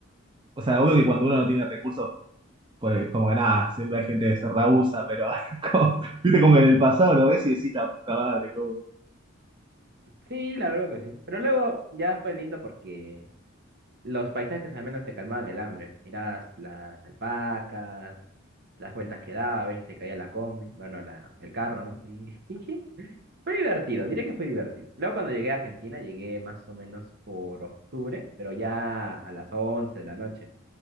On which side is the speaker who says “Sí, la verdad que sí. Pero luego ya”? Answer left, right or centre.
Right